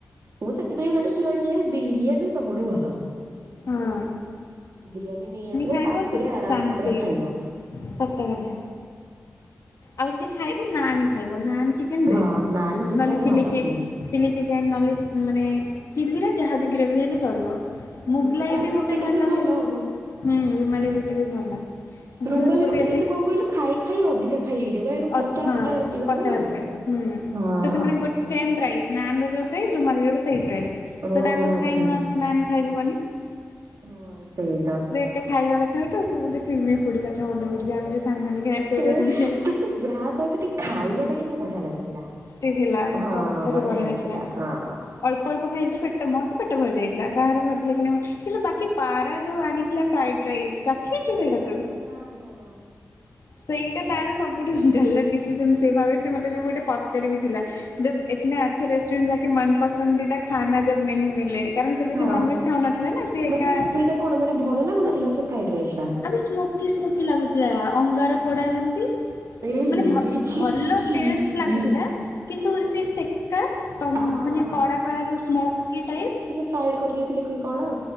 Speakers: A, on the right; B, on the left.
A: ମୁଁ ସେଥିପାଇଁ ମାନେ ଯୁଆଡେ ଯାଏ ବିରିୟାନୀ ସବୁଠୁ ଭଲ।
B: ହଁ
A: ବିରିୟାନୀ ନେଇ ଆସିବ
B: ଖାଇବ
A: ଶାନ୍ତିରେ
B: ସୁ
A: ଆରାମ
B: ଶାନ୍ତି
A: ସେ ପୁରା ଖାଇବା।
B: ସତ କଥା, ଆଉ ଯଦି ଖାଇବ ନାନ୍ ଖାଇବ ନାନ୍ ଚି ଚିକେନ୍ ବେଷ୍ଟ
A: ହଁ ନାନ୍ ଚିକେନ
B: ନହେଲେ ଚିଲି
A: ଭଲ।
B: ଚି
A: ହୁଁ
B: ଚିଲି ଚିକେନ୍ ନହଲେ ମାନେ ଚିଲିର ଯାହବି ଗ୍ରେଭି ହେଲେ ଚଳିବ। ମୁଗଲାଇ
A: ରୁମାଲି
B: ବି
A: ରୁଟି
B: ମୋତେ
A: ଟା
B: ଭଲ ଲାଗୁନଥିଲା
A: ହବ।
B: ରୁମାଲି ରୁଟି ବି ଭଲ। ଝିଅ
A: ରୁଵାଲି
B: ତୁ ଗୋଟେ
A: ରୁଟି
B: ଏତେ
A: କିନ୍ତୁ କଣ କହିଲୁ ଖାଇ ଖାଇ ଅଧିକା। ଖାଇ ହେଇ ଯିବ ଗା ଏରା
B: ଅ
A: ପତଳା
B: ହଁ
A: ପତଳା ରୁଟି ଗୁରାକ
B: ପତଳା
A: ନା
B: ପତଳା ହୁଁ
A: ହଁ।
B: ତ ସେମାନେ ଗୋ ସେମ୍ ପ୍ରାଇସ୍ ନାନ୍ ର ଯଉ ପ୍ରାଇସ ରୁମାଲି ଯାକ ସେଇ ପ୍ରାଇସ୍।
A: ଓହୋ
B: ତ ତାଠୁ ଭଲ
A: ଆଚ୍ଛା
B: କାଇଁ ନ
A: ଆଚ୍ଛା।
B: ନାନ୍ ଖାଇବୁ କନି?
A: ହଁ ସେଇ ତ।
B: ତ ଖାଇବା କଥା ଉଠଉଚୁ। ମତେ କ୍ରିମ୍ ବିସ୍କୁଟ୍ କଥା ମନେ ପଡ଼ୁଚି। ଆମେ ଯୋଉ ସାଙ୍ଗମାନେ ଘେ ତେର
A: ଏ
B: ଜଣ ଯାଇ
A: କିନ୍ତୁ ଯାହା କଣ ସେଠି ଖାଇବାଟା କିନ୍ତୁ ବଢ଼ିଆ ଲାଗୁଥିଲା।
B: ଏ ଥିଲା ଉଁ
A: ହଁ
B: ସତରେ
A: ବଢିଆ
B: ବଢ଼ିଆ
A: ଲାଗୁଥିଲା
B: ଥିଲା।
A: ହଁ।
B: ଅଳ୍ପ ଅଳ୍ପ ଖାଇକି ପେଟ ମୋର ତ ପେଟ ଭରିଯାଇଥିଲା କାହାର ଭରଥିଲା କି ନାଇଁ ମ କିନ୍ତୁ ବାକି ପାରା ଯୋଉ ଆଣିଥିଲା ଫ୍ରାଇଡ୍ ରାଇସ୍ ଚାଖିଚୁ ସେଇଟା ତୁ
A: ନା ନା ନା
B: ସେଇଟା ତାର ସବୁଠୁ ଗାଲାର୍ ଡିସିସନ୍ ସେଇ ଭାବେ ସେ ମତେ ଗୋଟେ ପଚାରି ବି ଥିଲା ଯବ୍ ଇତନା ଆଛା ରେଷ୍ଟୁରାଣ୍ଟ ଯାକେ ମନ ପସନ୍ଦିତା ଖାନା ଯବ୍ ନେହି ମିଲେ କାରଣ ସେ ବେଶୀ
A: ହଁ
B: ନନ୍ ଭେଜ ଖାଉନଥିଲା। ନା ସିଏ
A: ମାନେ
B: ଏକା
A: ସେଇଟା କଣ ମାନେ ଭଲ ଲାଗୁନଥିଲା ସେ ଫ୍ରାଇଡ ରାଇସ୍ ଟା।
B: ଆବେ ସ୍ଲୋ କି ସ୍ମୁଥି ଲାଗୁଥିଲା ଅଙ୍ଗାର ପୋଡ଼ା ଯେମତି।
A: ଏଇ
B: ମାନେ ଭ
A: ଛି
B: ଭଲ
A: ଛି
B: ଟେଷ୍ଟ
A: ଛି।
B: ଲାଗୁଥିଲା। କିନ୍ତୁ ଯେମତି ସେକା ତଁ
A: ହଁ
B: ମାନେ
A: ହଁ
B: କଳା କଳା ଯୋଉ ସ୍ମୋକି ଟାଇପ୍।
A: ସାଇଡ୍ କରି ଦେଇଥିଲେ କି କଣ।